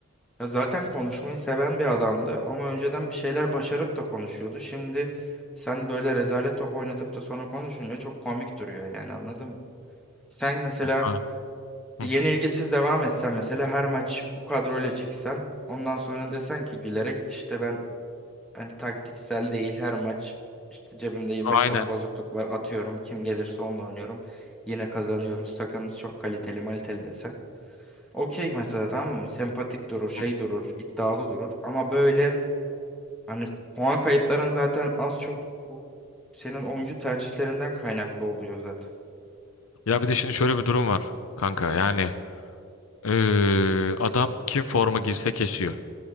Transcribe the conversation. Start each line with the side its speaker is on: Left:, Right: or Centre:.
Centre: Ya zaten konuşmayı seven bir adamdı ama önceden bir şeyler başarıp da konuşuyordu. Şimdi sen böyle rezalet top oynatıp da sonra konuşunca çok komik duruyor yani anladın mı? Sen mesela
Left: Ha. Hı.
Centre: yenilgisiz devam etsen mesela her maç bu kadroyla çıksan ondan sonra desen ki gülerek işte ben hani taktiksel değil her maç işte cebimde 25
Left: Aynen.
Centre: tane bozukluk var atıyorum kim gelirse onunla oynuyorum yine kazanıyoruz takımımız çok kaliteli maliteli desen okey mesela tamam mı sempatik durur şey
Left: Hı.
Centre: durur iddialı durur ama böyle hani puan kayıpların zaten az çok bu senin oyuncu tercihlerinden kaynaklı oluyor zaten
Left: Ya bir de şimdi şöyle bir durum var kanka. Yani eee, adam kim forma girse kesiyor.